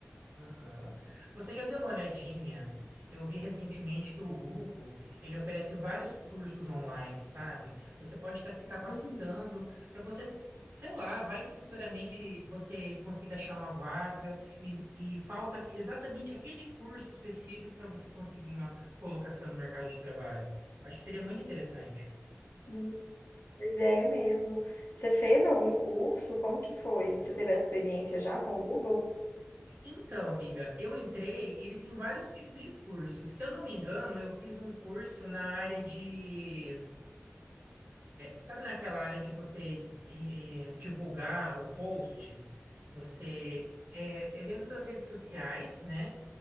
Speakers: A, on the right (about 55°); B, on the left (about 65°).
A: Aham. Você já deu uma olhadinha? Eu vi recentemente que o Google, ele oferece vários cursos online, sabe? Você pode estar se capacitando
B: Hum,
A: para você, sei lá, vai que futuramente você consiga achar uma vaga e, e falta exatamente aquele curso específico para você conseguir uma colocação no mercado de trabalho. Acho que seria muito interessante.
B: hum, boa ideia mesmo. Você fez algum curso? Como que foi? Você teve essa experiência já com o Google?
A: Então, amiga, eu entrei e ele tem vários tipos de cursos. Se eu não me engano, eu fiz um curso na área de Sabe naquela área de você eh, divulgar o post, que você é, é dentro das redes sociais, né?